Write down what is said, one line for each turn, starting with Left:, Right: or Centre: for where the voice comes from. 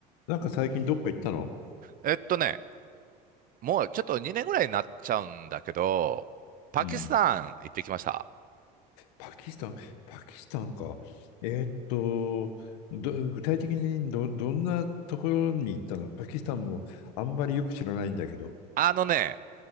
Left: なんか最近どっか行ったの
Right: えっとね、もうちょっと2年ぐらいになっちゃうんだけど、パキスタン行ってきました。
Left: うん。パキスタン、パキスタンか。えーっと、ど、具体的にど、どんなところに行ったのパキスタンもあんまりよく知らないんだけど。
Right: あのね、